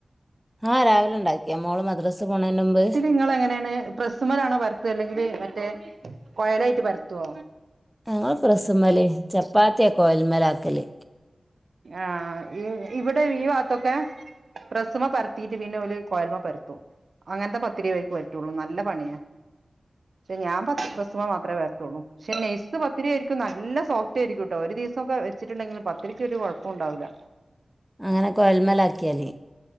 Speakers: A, in the centre; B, on the right.
A: ആഹ് രാവിലെ ഉണ്ടാക്കിയ മോള് മദ്രസ് പോണന് മുമ്പ്
B: ഇങ്ങളെങ്ങനെണ് പ്രസ്സുമ്മലാണോ പരത്ത അല്ലെങ്കിമറ്റേ കൊയലായിട്ട് പരത്തോ
A: ഞങ്ങള് പ്രസ്സ് മേല് ചപ്പാത്തിയ കോയൽ മേല് ആക്കല്
B: ആഹ് ഇവിടെ ഈ ഭാത്തൊക്കെ പ്രസ്സുമ്മേ പരത്തീട്ട് പിന്നെ ഓല് കോയലുമ്മേ പരത്തും അങ്ങനത്തെ പത്തിരിയേ ഇവർക്ക് പറ്റുള്ളൂ നല്ല പണിയ ക്ഷെ ഞാൻ പത്ത് പ്രസ്സുമേ മാത്രെ പരത്തുള്ളൂ ക്ഷെ നൈസ് പത്തിരിയിരിക്കും നല്ല സോഫ്റ്റ് ആയിരിക്കുട്ടോ ഒരു ദിവസൊക്കെ ച്ചിട്ടുണ്ടെങ്കിലു പത്തിരിക്കൊരു കുഴപ്പോണ്ടാവൂല്ല
A: അങ്ങനെ കൊയല്മ്മലാക്കിയാതി